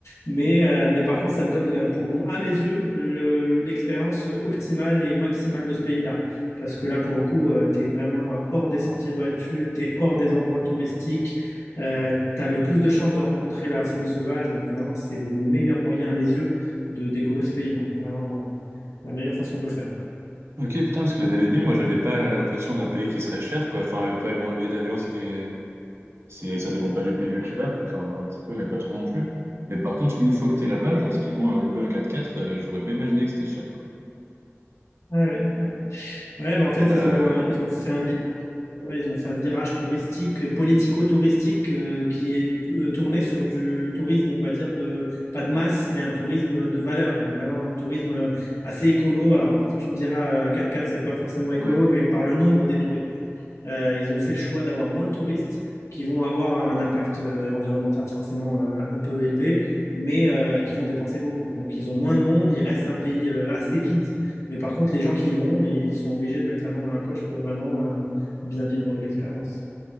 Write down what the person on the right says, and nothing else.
ok, putain, parce que la Namibie, moi, j'avais pas l'impression d'un pays qui serait cher, quoi. Enfin, ouais, bon, le billet d'avion, c'est que c'est, ça dépend pas du pays où tu vas, enfin, un petit peu, mais pas trop non plus. Mais par contre, une fois que t'es là-bas, genre, typiquement, euh, louer un quatre-quatre, euh, j'aurais pas imaginé que c'était cher, quoi.
Et là,
ouais.